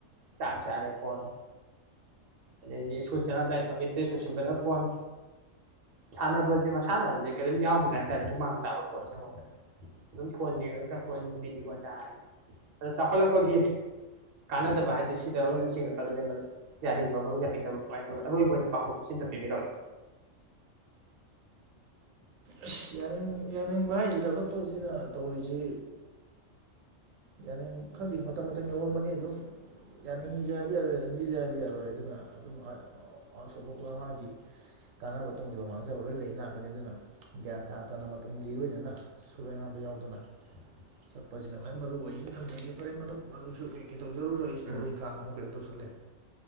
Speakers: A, on the right; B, on the right.
A: ꯆꯥꯛ ꯆꯥꯔꯦ ꯐꯣꯟ ꯑꯗꯩꯗꯤ ꯁꯀꯨꯜ ꯆꯠꯂꯝꯗꯥꯏ ꯐꯪꯉꯦ ꯗꯦꯁ ꯂꯣꯏꯁꯤꯟꯕꯗꯥ ꯐꯣꯟ ꯁꯥꯟꯅꯕꯁꯦ ꯃꯁꯥꯟꯅꯁꯦ ꯀꯔꯤꯝ ꯌꯥꯎꯈꯤꯗ꯭ꯔꯦ ꯍꯥꯏꯇꯥꯔꯦ ꯍꯨꯃꯥꯡ ꯇꯥꯕ ꯄꯣꯠꯁꯦ ꯃꯣꯏꯗ ꯑꯗꯨꯝ ꯐꯣꯟ ꯌꯦꯡꯉꯒ <unintelligible> ꯇꯥꯔꯗꯤ ꯑꯗ ꯆꯥꯎꯈꯠꯂꯛꯄꯒꯤ ꯀꯥꯟꯅꯗꯕ ꯍꯥꯏꯁꯦ ꯁꯤꯗ ꯑꯣꯏꯅ ꯆꯤꯡꯉꯛꯀꯗꯣꯏꯅꯤ ꯃꯔꯨꯞ ꯌꯥꯅꯤꯡꯕ ꯃꯔꯨꯞ ꯌꯥꯅꯤꯡꯗꯕ꯭ꯔꯥ ꯀꯃꯥꯏꯅ ꯇꯧꯋꯤ ꯑꯔꯣꯏꯕ ꯑꯣꯏꯅ ꯄꯥꯎꯈꯨꯝ ꯁꯤꯃꯇ ꯄꯤꯕꯤꯔꯝꯃꯣ
B: ꯑꯁ ꯌꯥꯅꯤꯡ ꯌꯥꯅꯤꯡꯕ ꯍꯥꯏꯁꯤ ꯆꯥꯎꯈꯠꯄꯁꯤꯅ ꯇꯧꯔꯤꯁꯤ ꯌꯥꯅꯤꯡ ꯈꯪꯗꯦ ꯃꯇꯝ ꯃꯇꯝꯒꯤ ꯑꯋꯣꯟꯕꯅꯤ ꯑꯗꯨꯝ ꯌꯥꯅꯤꯡꯉꯤꯁꯨ ꯍꯥꯏꯕ ꯌꯥꯔꯣꯏ ꯌꯥꯅꯤꯡꯗꯦꯁꯨ ꯍꯥꯏꯕ ꯌꯥꯔꯣꯏ ꯑꯗꯨꯅ ꯑꯗꯨꯝ <unintelligible> ꯀꯥꯟꯅꯕ ꯇꯣꯡꯖꯕ ꯃꯥꯡꯖꯕ ꯂꯣꯏꯅ ꯂꯩ ꯉꯥꯛꯇꯅꯤ ꯑꯗꯨꯅ ꯒ꯭ꯌꯥꯟ ꯇꯥꯗꯅ ꯃꯇꯝꯒꯤ ꯏꯔꯣꯏꯅꯅ ꯁꯣꯏ ꯉꯥꯝꯕ ꯌꯥꯎꯗꯅ
A: <inaudible>
B: ꯆꯠꯄꯁꯤꯅ ꯈ꯭ꯋꯥꯏ ꯃꯔꯨ ꯑꯣꯏꯁꯤꯅ ꯊꯝꯖꯒꯦ ꯐꯔꯦ ꯃꯔꯨꯞ ꯃꯔꯨꯞꯁꯨ ꯀꯩꯀꯩ ꯇꯧꯖꯔꯨꯔꯣ ꯑꯩꯁꯨ
A: ꯎꯝ
B: ꯊꯕꯛ
A: ꯎꯝ
B: ꯏꯪꯈꯥꯡ ꯑꯃꯛ ꯇꯧꯁꯤꯜꯂꯦ